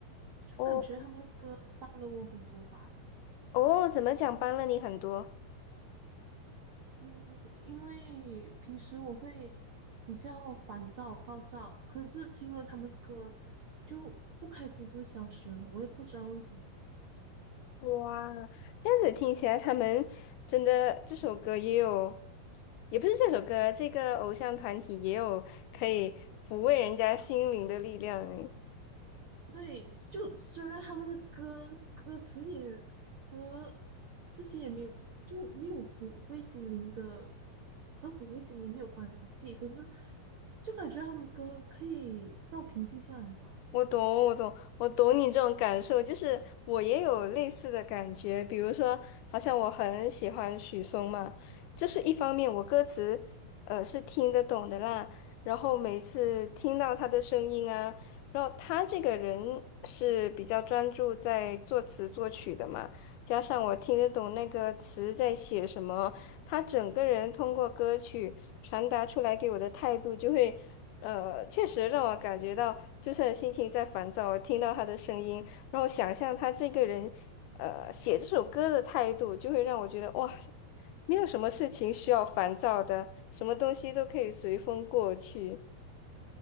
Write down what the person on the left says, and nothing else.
哦哦，怎么讲帮了你很多？
哇，这样子听起来，他们真的这首歌也有，也不是这首歌，这个偶像团体也有可以抚慰人家心灵的力量诶。
我懂，我懂，我懂你这种感受，就是我也有类似的感觉。比如说，好像我很喜欢许嵩嘛，这是一方面，我歌词呃是听得懂的啦。然后每次听到他的声音啊，然后他这个人是比较专注在作词作曲的嘛，加上我听得懂那个词在写什么，他整个人通过歌曲传达出来给我的态度就会。呃，确实让我感觉到，就算心情在烦躁，听到他的声音，然后想象他这个人，呃，写这首歌的态度，就会让我觉得哇，没有什么事情需要烦躁的，什么东西都可以随风过去。